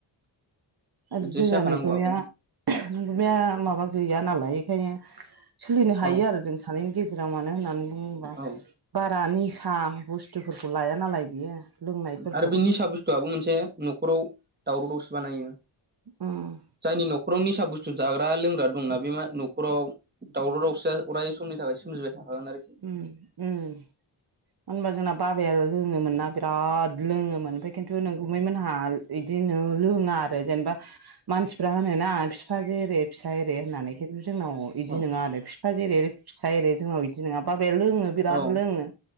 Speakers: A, on the right; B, on the right.
A: आरो
B: बिदिसो
A: जोंहा
B: जाखानांगौ
A: नोंगुमैया
B: आब'
A: नोंगुमैया माबा गैया नालाय एखायनो सोलिनो हायो
B: औ
A: आरो जों सानैनि गेजेराव मानो होननानै बुङोबा
B: औ
A: बारा निसा बुस्थुफोरखौ लाया नालाय बियो लोंनायफोरखौ
B: आरो बे निसा बुस्थुआबो मोनसे न'खराव दावराव दावसि बानायो।
A: उम
B: जायनि न'खराव निसा बुस्थु जाग्रा लोंग्रा दंना बे मा न'खराव दावराव दावसिया अराय समनि थाखाय सोमजिबाय थाखागोन आरखि
A: उम उम मानो होनबा जोंना बाबायानो लोङोमोनना बिराद लोङोमोन आमफाय खिन्थु नोंगुमैमोनहा इदि नो लोङा आरो जेनेबा मानसिफ्रा होनोना बिफा जेरै फिसा एरे होननानै खिन्थु जोंनाव इदि
B: औ
A: नङा आरो फि फिफा जेरै फिसा एरै जोंनाव बिदि नङा बाबाया लोङो बिराद
B: औ
A: लोङो।